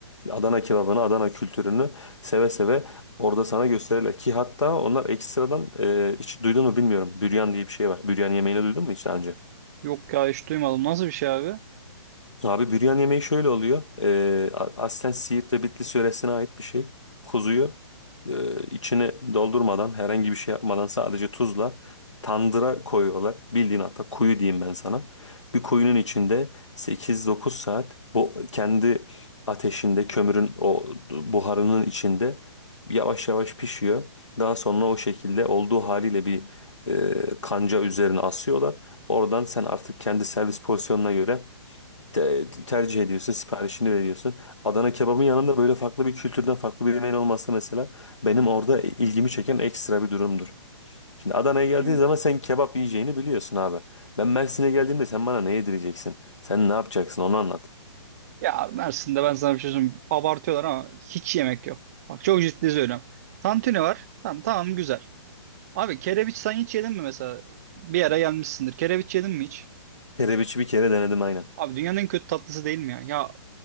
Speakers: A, on the left; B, on the right.
A: Adana kebabını, Adana kültürünü seve seve orada sana gösterirler. Ki hatta onlar ekstradan e, hiç duydun mu bilmiyorum. Büryan diye bir şey var. Büryan yemeğini duydun mu hiç daha önce?
B: Yok ya hiç duymadım. Nasıl bir şey abi?
A: Abi büryan yemeği şöyle oluyor. Ee, a- aslen Siirt ve Bitlis yöresine ait bir şey. Kuzuyu e, içine doldurmadan, herhangi bir şey yapmadan sadece tuzla tandıra koyuyorlar. Bildiğin hatta kuyu diyeyim ben sana. Bir kuyunun içinde 8-9 saat bu kendi ateşinde, kömürün o buharının içinde yavaş yavaş pişiyor. Daha sonra o şekilde olduğu haliyle bir e, kanca üzerine asıyorlar. Oradan sen artık kendi servis porsiyonuna göre te- tercih ediyorsun, siparişini veriyorsun. Adana kebabın yanında böyle farklı bir kültürden farklı bir yemeğin olması mesela benim orada ilgimi çeken ekstra bir durumdur. Şimdi Adana'ya
B: Hmm.
A: geldiğin zaman sen kebap yiyeceğini biliyorsun abi. Ben Mersin'e geldiğimde sen bana ne yedireceksin? Sen ne yapacaksın onu anlat.
B: Ya Mersin'de ben sana bir şey söyleyeyim. Abartıyorlar ama hiç yemek yok. Bak çok ciddi söylüyorum. Tantuni var. Tamam tamam güzel. Abi kerebiç sen hiç yedin mi mesela? Bir ara gelmişsindir. Kerebiç yedin mi hiç?
A: Kerebiçi bir kere denedim aynen.
B: Abi dünyanın en kötü tatlısı değil mi ya? Ya